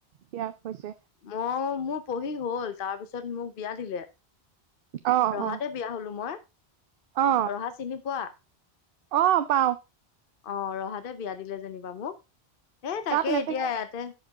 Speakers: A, on the right; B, on the left.
A: বিয়া হৈছে।
B: ম মোৰ পঢ়ি হল। তাৰপিছত মোক বিয়া দিলে।
A: অ
B: ৰহাতে
A: অ
B: বিয়া হলো। মই
A: অ
B: ৰহা চিনি পোৱা?
A: অ, পাও।
B: অ, ৰহাতে বিয়া দিলে যেনিবা মোক। এ থাকে।
A: তাত নেথাকে
B: এতিয়া ইয়াতে